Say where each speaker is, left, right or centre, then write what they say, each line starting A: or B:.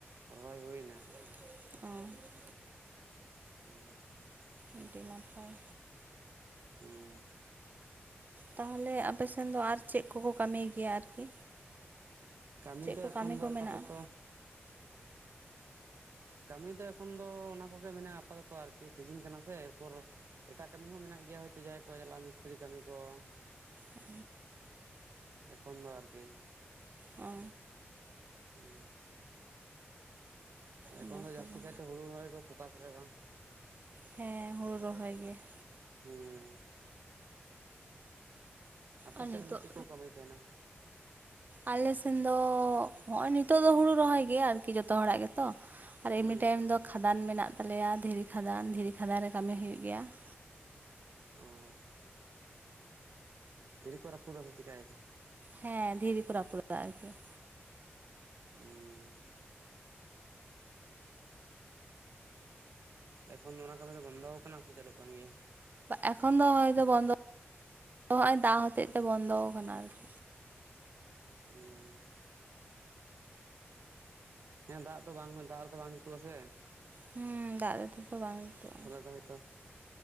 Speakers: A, on the right (about 70°); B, on the right (about 40°).
A: ᱨᱚᱦᱚᱭ ᱦᱳᱭᱱᱟ
B: ᱚ
A: ᱦᱩᱸ
B: ᱟᱹᱰᱤ ᱱᱟᱯᱟᱭ
A: ᱦᱩᱸ
B: ᱛᱟᱦᱚᱞᱮ ᱟᱯᱮᱥᱮᱱ ᱫᱚ ᱟᱨ ᱪᱮᱜ ᱠᱚᱠᱚ ᱠᱟᱹᱢᱤᱭ ᱜᱮᱭᱟ ᱟᱨᱠᱤ?
A: ᱠᱟᱹᱢᱤ
B: ᱪᱮᱫ
A: ᱫᱚ
B: ᱠᱚ
A: ᱮᱠᱷᱚᱱ
B: ᱠᱟᱹᱢᱤ
A: ᱫᱚ
B: ᱠᱚ
A: ᱟᱯᱟᱛᱚᱛᱚ
B: ᱢᱮᱱᱟᱜᱼᱟ
A: ᱠᱟᱹᱢᱤ ᱫᱚ ᱮᱠᱷᱚᱱ ᱫᱚ ᱚᱱᱟ ᱠᱚᱜᱮ ᱢᱮᱱᱟᱜᱼᱟ ᱟᱯᱟᱛᱚᱛᱚ ᱟᱨᱠᱤ ᱥᱤᱡᱤᱱ ᱠᱟᱱᱟ ᱥᱮ ᱮᱨᱯᱚᱨ ᱮᱴᱟᱜ ᱠᱟᱹᱢᱤ ᱦᱚᱸ ᱢᱮᱱᱟᱜ ᱜᱮᱭᱟ ᱦᱳᱭᱛᱳ ᱡᱟᱦᱟᱭ ᱠᱚ ᱪᱟᱞᱟᱜᱼᱟ ᱢᱤᱥᱛᱨᱤ ᱠᱟᱹᱢᱤ ᱠᱚ ᱾
B: ᱟᱨ
A: ᱮᱠᱷᱚᱱ ᱫᱚ ᱟᱨᱠᱤ ᱾
B: ᱚ
A: ᱦᱩᱸ ᱮᱠᱷᱚᱱ
B: ᱚᱱᱟ
A: ᱫᱚ
B: ᱠᱚᱫᱚ
A: ᱡᱟᱹᱥᱛᱤ ᱠᱟᱭᱛᱮ ᱦᱩᱲᱩ ᱨᱚᱦᱚᱭ ᱜᱮ ᱠᱚ ᱯᱷᱚᱠᱟᱥ ᱠᱟᱜᱼᱟ ᱾
B: ᱦᱮᱸ ᱦᱳᱲᱳ ᱨᱚᱦᱚᱭ ᱜᱮ ᱾
A: ᱦᱩᱸ ᱟᱯᱮ
B: ᱟᱨ
A: ᱥᱮᱫ
B: ᱱᱤᱛᱚᱜ
A: ᱨᱮᱱ ᱫᱚ ᱪᱮᱜ ᱠᱚ ᱠᱟᱹᱢᱤᱭ ᱛᱟᱦᱮᱱᱟ?
B: ᱟᱞᱮ ᱥᱮᱱ ᱫᱚ ᱦᱚᱜᱼᱚᱭ ᱱᱤᱛᱚᱜ ᱫᱚ ᱦᱩᱲᱩ ᱨᱚᱦᱚᱭ ᱜᱮ ᱟᱨᱠᱤ ᱡᱚᱛᱚ ᱦᱚᱲᱟᱜ ᱜᱮᱛᱚ ᱾ ᱟᱨ
A: ᱦᱩᱸ
B: ᱮᱢᱱᱤ ᱴᱟᱭᱤᱢ ᱫᱚ ᱠᱷᱟᱫᱟᱱ ᱢᱮᱱᱟᱜ ᱛᱟᱞᱮᱭᱟ ᱫᱷᱤᱨᱤ ᱠᱷᱟᱫᱟᱱ ᱫᱷᱤᱨᱤ ᱠᱷᱟᱫᱟᱱ ᱨᱮ ᱠᱟᱹᱢᱤ ᱦᱩᱭᱩᱜ ᱜᱮᱭᱟ ᱾
A: ᱚ ᱫᱷᱤᱨᱤ ᱠᱚ ᱨᱟᱹᱯᱩᱫᱟ ᱥᱮ ᱪᱤᱠᱟᱭᱟ ᱠᱚ?
B: ᱦᱮᱸ ᱫᱷᱤᱨᱤ ᱠᱚ ᱨᱟᱹᱯᱩᱫᱟ ᱟᱨᱠᱤ ᱾
A: ᱩᱸ ᱮᱠᱷᱚᱱ ᱚᱱᱟ ᱠᱟᱹᱢᱤ ᱫᱚ ᱵᱚᱱᱫᱚᱣ ᱠᱟᱱᱟ ᱥᱮ ᱪᱟᱹᱞᱩᱜ ᱠᱟᱱ ᱜᱮᱭᱟ?
B: ᱮᱠᱷᱚᱱ ᱫᱚ ᱦᱚᱭ ᱛᱚ ᱵᱚᱱᱫᱚ ᱦᱚᱸᱜᱼᱚᱭ ᱫᱟᱜ ᱦᱚᱛᱮᱜ ᱛᱮ ᱵᱚᱱᱫᱚᱣ ᱠᱟᱱᱟ ᱟᱨᱠᱤ ᱾
A: ᱩᱸ ᱦᱮᱸ ᱫᱟᱜ ᱫᱚ ᱵᱟᱝ ᱫᱟᱜ ᱨᱮᱫᱚ ᱵᱟᱝ ᱡᱩᱛᱩᱜᱼᱟ ᱥᱮ ᱾
B: ᱦᱩᱸ ᱫᱟᱜ ᱨᱮᱛᱚ ᱛᱚ ᱵᱟᱝ ᱡᱩᱛᱩᱜᱼᱟ ᱾
A: ᱛᱟᱦᱚᱞᱮ ᱫᱚ ᱦᱚᱭᱛᱚ